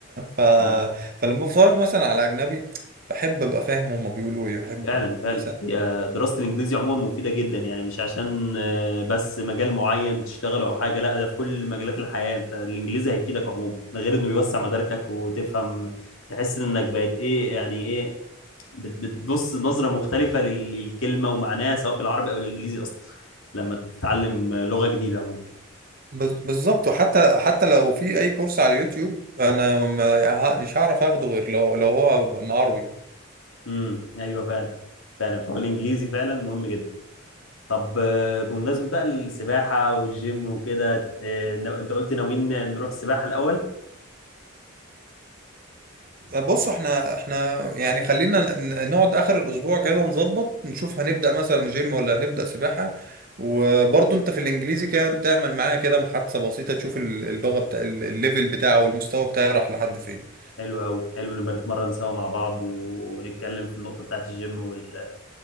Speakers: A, on the right; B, on the left.
A: ف
B: أنا-
A: فلما بتفرج مثلا على اجنبي بحب ابقى فاهم هما بيقولوا ايه بحب
B: فعلا فعلا
A: مثلا
B: هي دراسه الانجليزي عموما مفيده جدا يعني مش عشان آه، بس مجال معين تشتغله او حاجه لا ده في كل مجالات الحياه انت الانجليزي هيفيدك عموما ده غير انه يوسع مداركك وتفهم تحس انك بقت ايه يعني ايه بت- بتبص نظره مختلفه لل- للكلمه ومعناها سواء بالعربي او الانجليزي اصلا لما تتعلم لغه جديده عموما
A: بز- بالظبط وحتى حتى لو في اي كورس على اليوتيوب انا ما- ه- مش هعرف اخده غير لو لو هو عربي
B: امم ايوه فعلا فعلا فهو الانجليزي فعلا مهم جدا طب آه، بمناسبة بقى السباحة والجيم وكده آه، نا- انت قلت ناويين نروح السباحة الأول
A: بص احنا احنا يعني خلينا ن- نقعد اخر الاسبوع كده نظبط نشوف هنبدا مثلا جيم ولا هنبدا سباحه وبرضه انت في الانجليزي كان تعمل معايا كده محادثه بسيطه تشوف ال- اللغه بتاع ال- الليفل بتاعه والمستوى بتاعه راح لحد فين
B: حلو قوي حلو نبقى نتمرن سوا مع بعض و- ونتكلم في النقطة بتاعت الجيم وال...